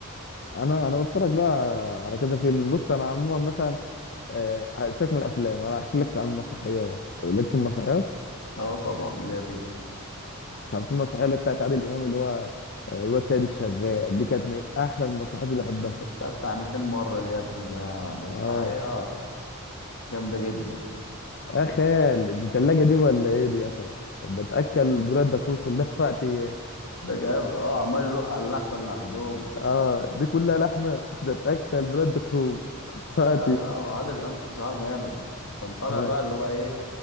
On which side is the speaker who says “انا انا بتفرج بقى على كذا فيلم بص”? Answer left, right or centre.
Left